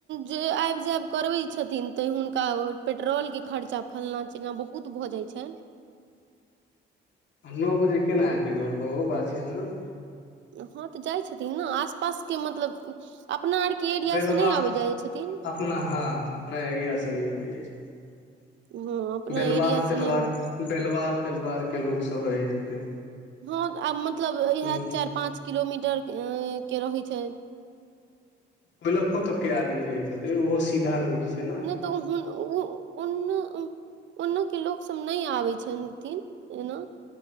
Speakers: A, on the right; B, on the left.
A: जे आबि जायब करबैत छथिन त हुनका पेट्रोलके खर्चा फंल्ला चिल्ला बहुत भऽ जाइत छै।
B: नौ बजे केना ऐते घर पर ओहो बात छै ने
A: ह तऽ जाइ छथिन नऽ आस पास के मतलब अपना आरके के एरिया
B: बेलवार
A: से नहि आबै जाइ छथिन।
B: अपना ह अपना एरिया से नहि अबे जाइत छथिन
A: हँ अपना
B: बेलवार
A: एरिया
B: तेलवार
A: से नहि
B: बेलवार तेलवारके लोक सभ रहैत हेतै
A: ह आब मतलब इएह
B: ह
A: चारि पाँच किलोमीटर के रहैत छै
B: ब्लिक्क तक के आदमी रहैत हेते ओहो सीधा रोड छै ने
A: नहि तऽ उ ऑन ओनेके लोकसभ नहि आबै छथिन ऐना